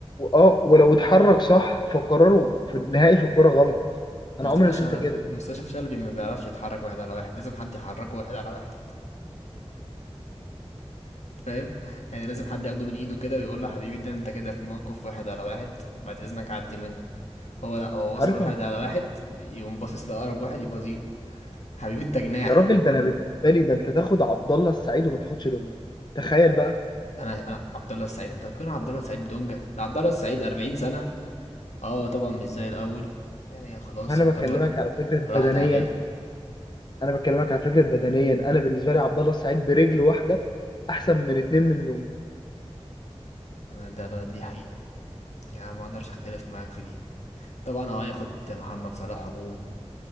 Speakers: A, on the left; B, on the left.
A: اه ولو اتحرك صح فقراره في النهائي في الكوره غلط
B: مصطفى
A: انا عمري ما
B: شلبي
A: شفت كده
B: مصطفى شلبي ما بيعرفش يتحرك واحد على واحد لازم حد يحركه واحد على واحد فاهم يعني لازم حد ياخده من ايده كده ويقول له حبيبي ده انت كده في موقف واحد على واحد بعد اذنك عدي منه هو لا هو
A: عارف
B: وصل واحد
A: أنا-
B: على واحد يقوم باصص لاقرب واحد يبازيله حبيبي انت جناح
A: يا راجل ده انا بالنسبه لي ده انت تاخد عبد الله السعيد وما تاخدش دومين تخيل بقى
B: انا انا عبد الله السعيد انت هتكون عبد الله السعيد بدونجا ده عبد الله السعيد 40 سنه اه طبعا مش زي الاول يعني خلاص
A: وانا
B: يعتبر
A: بكلمك على فكره
B: راحت
A: بدنيا
B: عليه
A: انا بكلمك على فكره بدنيا انا بالنسبه لي عبد الله السعيد برجل واحده احسن من اتنين من دونجا
B: ده, ده دي حقيقه يعني ما اقدرش اختلف معاك في دي طبعا هو هياخد محمد صلاح هجوم